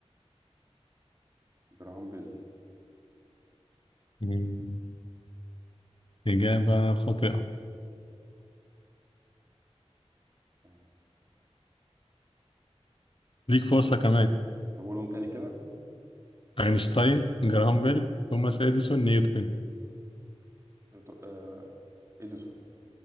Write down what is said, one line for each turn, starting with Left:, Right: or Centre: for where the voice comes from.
Right: جراهام بيل
Left: مم. إجابة خاطئة
Right: آه،
Left: ليك فرصة
Right: قول-
Left: كمان
Right: طب قولهم تاني كده
Left: أينشتاين جراهام بيل توماس إديسون نيوتن
Right: إيتو- آه، إديسون